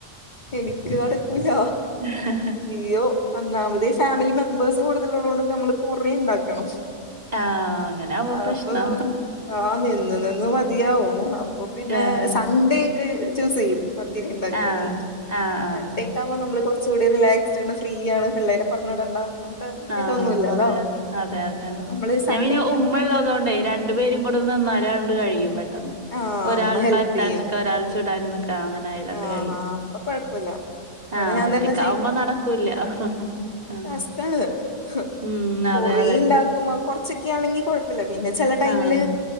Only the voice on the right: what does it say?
<unintelligible>
ആഹ് അങ്ങനാവുമ്പോ
പ്രശ്നാ
ആഹ്
ആഹ് ആഹ് ആഹ്
ആഹ്
അതെ അതെ അതെ അതെ
ഞാൻ
പിന്നെ ഉമ്മ ഉള്ളതുകൊണ്ടേ രണ്ടു പേരും കൂടെ നിന്നാലണ്ട് കഴിയും പെട്ടെന്ന്
ഒരാൾ
പരത്താൻ
നിക്കാ ഒരാള് ചുടാനും നി <unintelligible> ന് രണ്ട്
കയ്യും കഴിയും
ആഹ്
ഒറ്റക്കാവുമ്പോ
നടക്കൂല്ല ആഹ്
ഉം
അതെ അതെ
ആഹ്